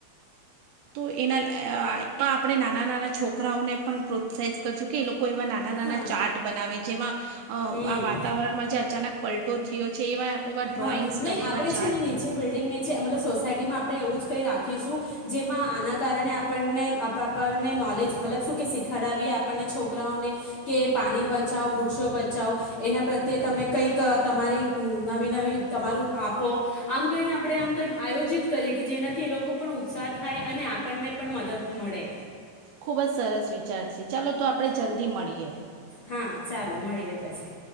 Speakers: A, on the right; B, on the left.
A: તો એના એમાં આપણે નાના નાના છોકરાઓને પણ પ્રોત્સાહિત કરશું કે એ લોકો કે એવા નાના નાના
B: હા
A: ચાટ બનાવે જેમાં અ
B: હમ
A: આ વાતાવરણમાં જે અચાનક પલટો થયો છે એવા એવા ડ્રોઈંગ્સ
B: હા નહી
A: કરે
B: આપડે
A: એવા ચાર્ટ
B: છે ને નીચે બિલ્ડિંગ નીચે મતલબ સોસાયટીમાં આપણે એવું જ કંઈ રાખીશું જેમાં આના કારણે આપણને આપણને નોલેજ મતલબ શું કે શીખડવીીએ આપણને છોકરાઓને કે પાણી બચાવો વૃક્ષો બચાવો એના પ્રત્યે તમે કંઈક તમારી નવી નવી તમારું આપો આમ કહીને આપણે આમ કંઈ આયોજિત કરીએ કે જેનાથી એ લોકો પણ ઉત્સાહ થાય અને આપણને પણ મદદ મળે.
A: ખુબ જ સરસ વિચાર છે ચાલો તો આપડણે જલ્દી મળીએ.
B: હા ચાલો મળીએ પછી.